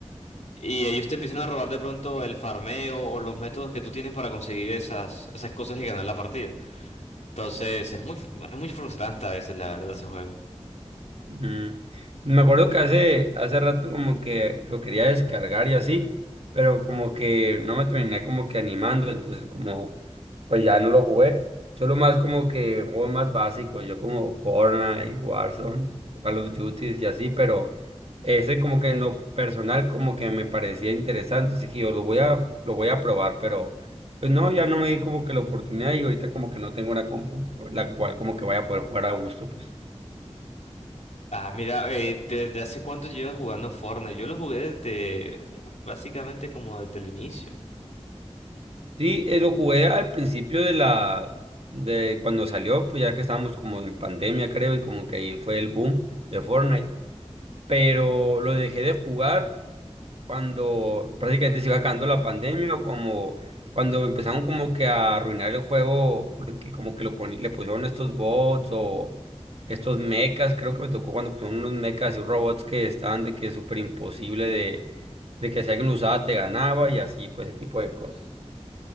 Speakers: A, on the left (about 85°); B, on the right (about 60°).
A: Y ellos te empiezan a robar de pronto el farmeo o los métodos que tú tienes para conseguir esas, esas cosas y ganar la partida. Entonces, es muy, es muy frustrante a veces, la verdad, ese juego.
B: Ujú. Me acuerdo que hace, hace rato como que lo quería descargar y así, pero como que no me terminé como que animando, entonces como pues ya no lo jugué. Solo más como que juegos más básicos, yo como Fortnite, Warzone, Call of Duty y así, pero ese como que en lo personal como que me parecía interesante, así que yo lo voy a, lo voy a probar, pero pues no, ya no me di como que la oportunidad y ahorita como que no tengo una compu la cual como que vaya a poder jugar a gusto, pues.
A: Ah, mira, eh, ¿desde hace cuánto llevas jugando Fortnite? Yo lo jugué desde, uh, básicamente como desde el inicio.
B: Sí, eh, lo jugué al principio de la, de cuando salió, pues ya que estábamos como en pandemia, creo, y como que ahí fue el boom de Fortnite. Pero lo dejé de jugar cuando prácticamente se iba acabando la pandemia o como cuando empezaron como que a arruinar el juego porque como que lo poni- le pusieron estos bots o estos mechas, creo que me tocó cuando pusieron unos mechas y robots que estaban de que es súper imposible de, de que si alguien lo usaba te ganaba y así, pues ese tipo de cosas.